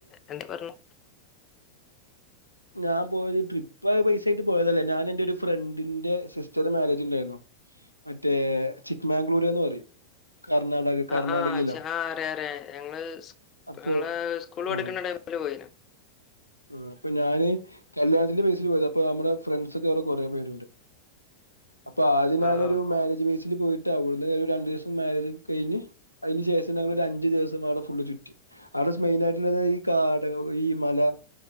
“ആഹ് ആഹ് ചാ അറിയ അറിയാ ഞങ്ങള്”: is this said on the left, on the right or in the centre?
Left